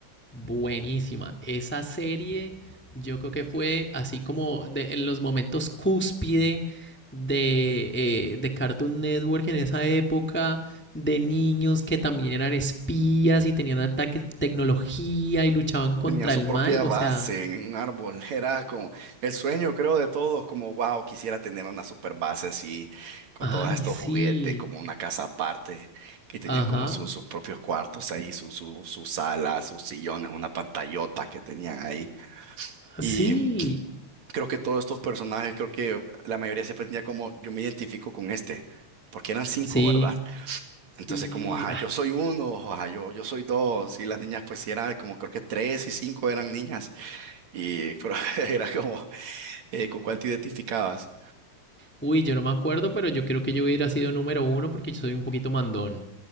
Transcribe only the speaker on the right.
Tenían su
propia
base
en un árbol. <laughs> Era como el sueño, creo, de todos, como, wow, quisiera tener una super base así, con
todos estos
juguetes, como una casa aparte, que tenían
como su- sus propios cuartos ahí, su, su, su sala, sus sillones, una pantallota que tenían ahí. y
creo que todos estos personajes, creo que la mayoría se tenía como, yo me identifico con este, porque eran cinco,
¿verdad? Entonces
como, ajá, yo soy uno, ajá, yo, yo soy dos, y las niñas pues sí eran como, creo que tres y cinco eran niñas, y pero <laughs> era como, eh, ¿con cuál te identificabas?